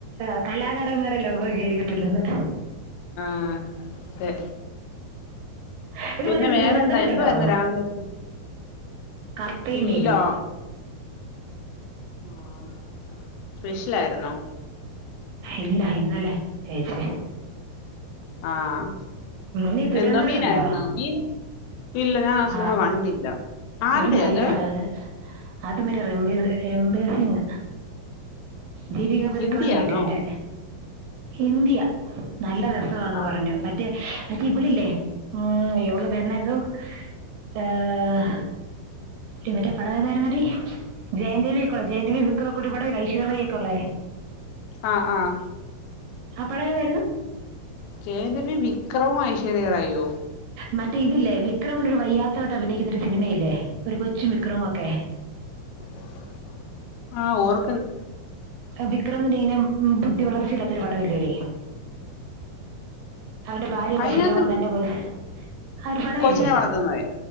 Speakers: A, on the right; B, on the left.
A: ആഹ് കലാകാരൻമാരെ ലോകം അംഗീകരിക്കത്തില്ലെന്ന്
B: ആഹ് അതെ
A: ഇവിടെ
B: പിന്നെ
A: പറയുന്നത്
B: വേറെന്താ
A: ദുരന്തരം
B: എന്ത്
A: കണ്ടോ
B: വാരുന്നു രാവിലെക്ക്.
A: കപ്പയും
B: ഇല്ലാ
A: മീനും
B: ആഹ് സ്പെഷ്യൽ ആയിരുന്നോ?
A: ഇല്ല ഇന്നലെ ചേച്ചി
B: ആഹ്
A: നീ ദുരന്തര
B: എന്തോ മീനായിരുന്നോ
A: കണ്ടോ?
B: മീൻ ഇല്ല ഞാൻ ആ സിനിമ
A: ആഹ്
B: കണ്ടില്ല ആരുടെയാ
A: ഒരു നല്ല
B: അത്
A: സ- അത് മരെ റംബിരി റംബീരിസിങ് ഭീവികാ ബതുക്കോണ്ട
B: ഹിന്ദിയാണോ
A: കിട്ടിയ എന്റെ ഇന്ത്യ നല്ല രസമാന്ന്
B: ആഹ്
A: പറഞ്ഞു മ മറ്റെ അറ്റി ഇവ്ള ഇല്ലേ ഉം ഇവളെ പേരെന്തായിരുന്നു? ഏഹ് ഇവര്ടെ പടവേതായിരുന്നടി ജയൻരവി ഒക്കെ ഉളള ജയൻ രവി വിക്രം ഒക്കെ ടപടംള ഐശ്വര്യ റായി ഒക്ക ഉള്ള
B: ആഹ് ആഹ്
A: ആ പടം ഏതായിരുന്നു?
B: ജയം രവിയും വിക്രമം ഐശ്വര്യ റായിയ്യോ
A: മറ്റേ ഇതില്ലേ വിക്രമിന് ഒരു വയ്യാത്ത തട്ട് അഭിനയിക്കുന്ന ഒരു സിനിമയില്ലേ ഒരു കൊച്ചും വിക്രം ഒക്കെ
B: <inaudible> ആഹ് ഓർ-
A: വിക്രമന്റെ ഇങ്ങനെ ബുദ്ധി വളർച്ചയില്ലാത്ത ഒരു പടം ഇല്ലെടീ അവന്റെ ഭാര്യ മരിച്ചിട്ട്
B: അയിനകത്ത്
A: അവൻ തന്നെ ആ ഒരു പട
B: കൊച്ചിനെ
A: ഇല്ലേ
B: വളർത്തുന്നത്